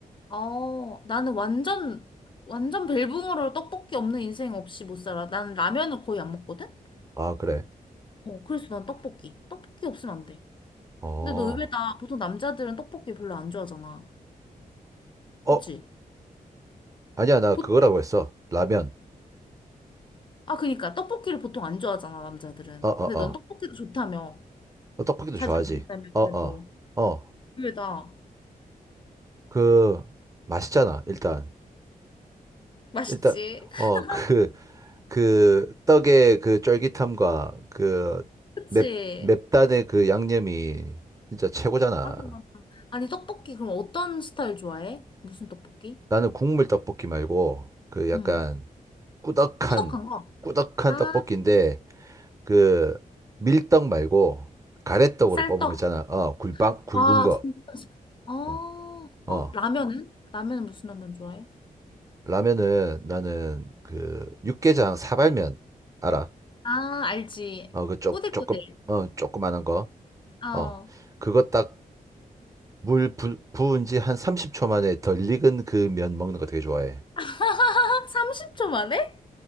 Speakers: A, on the left; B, on the right.
A: 어, 나는 완전, 완전 벨붕으로 떡볶이 없는 인생 없이 못 살아. 나는 라면을 거의 안 먹거든?
B: 아 그래?
A: 어, 그래서 난 떡볶이. 떡볶이 없으면 안 돼.
B: 어,
A: 근데 너 의외다. 보통 남자들은 떡볶이 별로 안 좋아하잖아.
B: 어
A: 그치?
B: 아니야 나
A: 보,
B: 그거라고 했어. 라면.
A: 아, 그니까. 떡볶이를 보통 안 좋아하잖아, 남자들은.
B: 어 어
A: 근데 넌
B: 어.
A: 떡볶이도 좋다며.
B: 어, 떡볶이도
A: 자주
B: 좋아하지.
A: 먹는다며
B: 어
A: 그래도
B: 어 어.
A: 의외다.
B: 그 맛있잖아 일단
A: 맛있지?
B: 일단
A: <laughs>
B: 어그 그 떡의 그 쫄깃함과 그
A: 그치?
B: 맵, 맵단의 그 양념이 진짜 최고잖아.
A: 맞아, 맞아. 아니, 떡볶이 그럼 어떤 스타일 좋아해? 무슨 떡볶이?
B: 나는 국물 떡볶이 말고 그 약간
A: 응.
B: 꾸덕한
A: 꾸덕한 거?
B: 꾸덕한
A: 아,
B: 떡볶이인데 그 밀떡 말고 가래떡으로
A: 쌀떡.
B: 뽑은 거 있잖아. 어, 굴빵 굵은
A: 와,
B: 거.
A: 진짜 맛있겠다. 어,
B: 어. 어,
A: 어, 라면은? 라면은 무슨 라면 좋아해?
B: 라면은 나는 그 육개장 사발면 알아?
A: 아, 알지.
B: 어, 그 쪼,
A: 꼬들꼬들.
B: 조금 어, 조그만한 거.
A: 어.
B: 어. 그거 딱 물 부, 부은 지 한 30초 만에 덜 익은 그 면 먹는 거 되게 좋아해.
A: <laughs> 30초 만에?